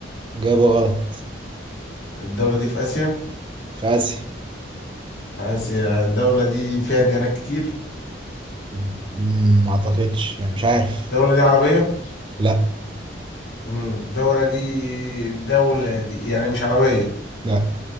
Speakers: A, on the right (about 25°); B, on the left (about 65°).
A: إجابة غلط
B: الدولة دي في اسيا
A: في آسيا
B: في اسيا الدولة دي فيها ديانات كتير
A: م- ما أعتقدش يعني مش عارف
B: الدولة دي عربية
A: لا
B: مم. الدولة دي الدولة دي يعني مش عربية
A: لا